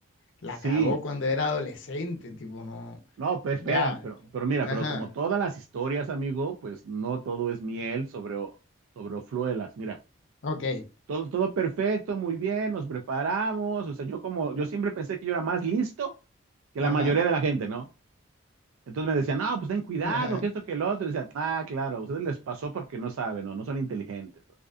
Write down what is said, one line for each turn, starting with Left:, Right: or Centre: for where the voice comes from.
Left: la
Right: sí.
Left: cagó cuando era adolescente, tipo, no,
Right: No, pero
Left: ya,
Right: espera, pero, pero mira,
Left: ajá,
Right: pero como todas las historias, amigo, pues no todo es miel sobre, o- sobre hojuelas. Mira,
Left: ok,
Right: todo, todo perfecto, muy bien, nos preparamos. O sea, yo como, yo siempre pensé que yo era más listo que
Left: ajá,
Right: la mayoría de la gente, ¿no? Entonces me decían, no, pues ten cuidado,
Left: <laughs>
Right: que esto, que el otro. Y decían, ah, claro, a ustedes les pasó porque no saben o no son inteligentes.